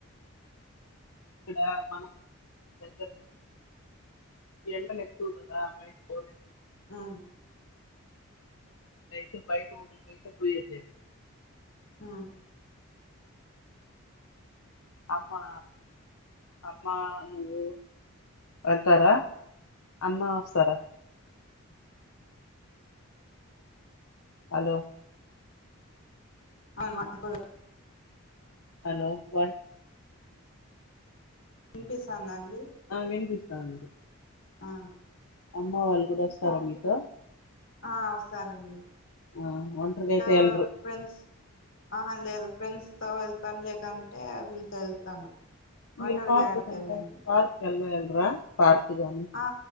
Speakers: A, on the left; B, on the left.
A: ఇక్కడ మన దగ్గరగా ఎండలు ఎక్కువవు కదా బయట పోలే
B: ఆ
A: తే బయ ఉ కయితే పోయిందే
B: ఆ
A: అమ్మా అమ్మ నువ్వు వెళ్తారా అన్న వస్తారా హలో
B: అను ఇప్పు
A: హలో చె
B: వినిపిస్తుందా అండి
A: వినిపిస్తాండి
B: ఆ
A: అమ్మ వాళ్ళు కూడా వస్తారా మీతో
B: ఆ వ సారండి
A: ఆ ఒంటరిగా
B: ఇంకా
A: అయితే వెళ్ళరు
B: ఫ్రెండ్స్ అహ లేదు ఫ్రెండ్స్ తో వెళ్తాను లేకంటే వీళ్ళతో వెళ్తాను
A: మీరు
B: ఒంటరిగా
A: పార్క్
B: యాడికి
A: కంట
B: వెళ్ళను
A: పార్క్ ఎలా పార్ గానీ
B: ఆ